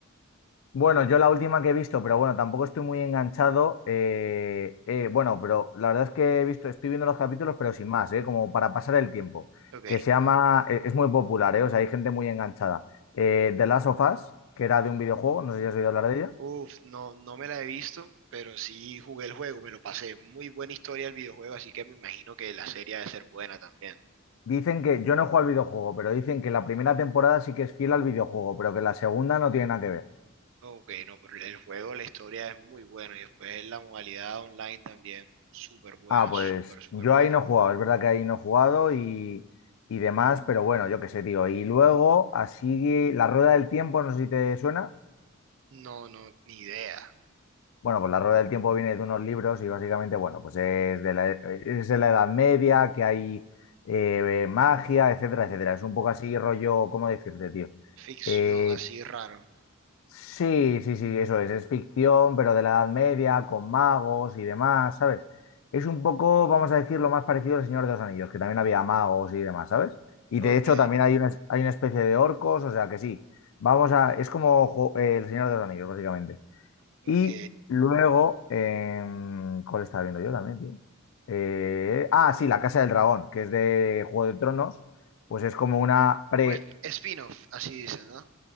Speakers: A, on the left (about 65°); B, on the right (about 65°).
A: Bueno, yo la última que he visto, pero bueno, tampoco estoy muy enganchado. eh, eh, bueno, pero la verdad es que he visto, estoy viendo los capítulos, pero sin más, eh, como para pasar el tiempo.
B: Ok.
A: Que se llama, e- es muy popular, eh, o sea, hay gente muy enganchada. Eh, The Last of Us, que era de un videojuego, no sé si has oído hablar de ella.
B: Uf, no, no me la he visto, pero sí jugué el juego, me lo pasé. Muy buena historia el videojuego, así que me imagino que la serie ha de ser buena también.
A: Dicen que, yo no he jugado al videojuego, pero dicen que la primera temporada sí que es fiel al videojuego, pero que la segunda no tiene nada que ver.
B: Ok, no, pero el juego, la historia es muy buena y después la modalidad online también súper buena,
A: Ah, pues
B: súper, súper
A: yo
B: buena.
A: ahí no he jugado, es verdad que ahí no he jugado y, y demás, pero bueno, yo qué sé, tío. Y luego, así, la rueda del tiempo, no sé si te suena.
B: No, no, ni idea.
A: Bueno, pues la rueda del tiempo viene de unos libros y básicamente, bueno, pues es de la, es de la Edad Media, que hay eh, magia, etcétera, etcétera. Es un poco así rollo, ¿cómo decirte, tío?
B: Ficción
A: Eh,
B: así raro.
A: Sí, sí, sí, eso es, es ficción, pero de la Edad Media, con magos y demás, ¿sabes? Es un poco, vamos a decir, lo más parecido al Señor de los Anillos, que también había magos y demás, ¿sabes? Y
B: Ok,
A: de hecho también hay una, es- hay una especie de orcos, o sea que sí, vamos a, es como jo- eh, el Señor de los Anillos, básicamente.
B: ok.
A: Y luego, em, ¿cuál estaba viendo yo también, tío? Eh, ah, sí, La Casa del Dragón, que es de Juego de Tronos, pues es como una pre...
B: Un sp- spin-off, así dicen, ¿no?